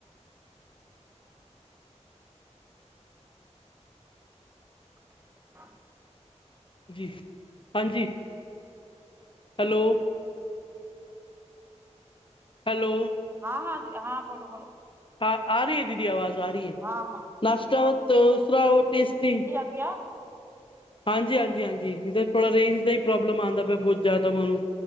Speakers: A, on the right (about 20°); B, on the left (about 45°).
A: <unintelligible>
B: ਜੀ ਹਾਂਜੀ ਹੈਲੋ ਹੈਲੋ
A: ਹਾਂ ਹਾਂ ਹਾਂ ਬੋਲੋ ਬੋਲੋ
B: ਹ ਆ ਰਹੀ ਹੈ ਦੀਦੀ ਆਵਾਜ਼ ਆ ਰਹੀ ਹੈ,
A: ਹਾਂ ਹਾਂ
B: ਨਾਸ਼ਤਾ ਉਸਤਰਹ ਉਹ ਟੇਸਟੀ
A: ਹੋ ਆ
B: ਹਾਂਜੀ ਹਾਂਜੀ ਹਾਂਜੀ ਇਧਰ ਥੋੜਾ ਰੇਂਜ ਦਾ ਹੀ ਪ੍ਰੋਬਲਮ ਆਉਂਦਾ ਪਿਆ, ਬਹੁਤ ਜ਼ਿਆਦਾ ਮੈਨੂੰ